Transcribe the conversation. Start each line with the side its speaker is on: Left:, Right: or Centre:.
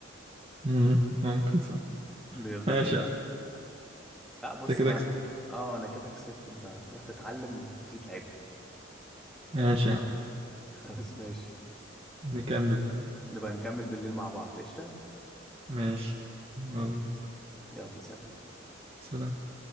Right: مم. ممكن صح
Centre: <laughs> بيفضل
Right: ماشي
Centre: يجري
Right: يا عم
Centre: لا بص
Right: انت كده
Centre: بقى
Right: كسبت
Centre: انت اه انا كده كسبت انت هتروح تتعلم تيجي تلعبني
Right: ماشي يا عم
Centre: <laughs> خلاص ماشي
Right: نكمل بقى
Centre: نبقى نكمل بالليل مع بعض قشطة
Right: ماشي يلا
Centre: ماشي يلا سلام
Right: سلام